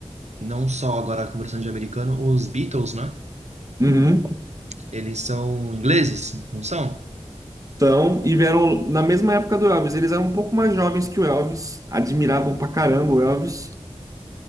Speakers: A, on the right; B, on the right.
A: não só agora conversando de americano, os Beatles, né?
B: Uhum.
A: Eles são ingleses, não são?
B: Então, e vieram na mesma época do Elvis. Eles eram um pouco mais jovens que o Elvis, admiravam pra caramba o Elvis.